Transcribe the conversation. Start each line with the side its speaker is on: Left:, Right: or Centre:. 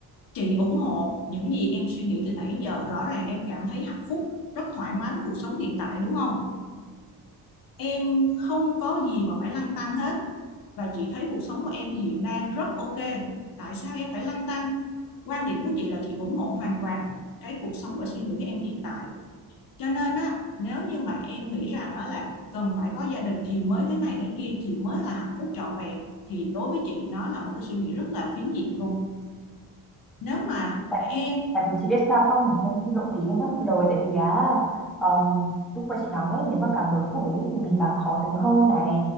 Left: Chị ủng hộ những gì em suy nghĩ từ nãy giờ, rõ ràng em cảm thấy hạnh phúc, rất thoải mái với cuộc sống hiện tại đúng không? Em không có gì mà phải lăn tăn hết và chị thấy cuộc sống của em hiện đang rất ok. Tại sao em phải lăn tăn? Quan điểm của chị là chị ủng hộ hoàn toàn cái cuộc sống và suy nghĩ của em hiện tại. Cho nên á, nếu như mà em nghĩ rằng á là cần phải có gia đình thì mới thế này thế kia thì mới là hạnh phúc trọn vẹn thì đối với chị nó là một cái suy nghĩ rất là phiến diện luôn. Nếu mà
Centre: tại,
Left: em
Centre: tại vì chị biết sao không em xin lỗi tí em vẫn lời tại vì á um, lúc mà chị nói đấy nếu mà càng lớn tuổi ấy thì mình càng khó tính hơn này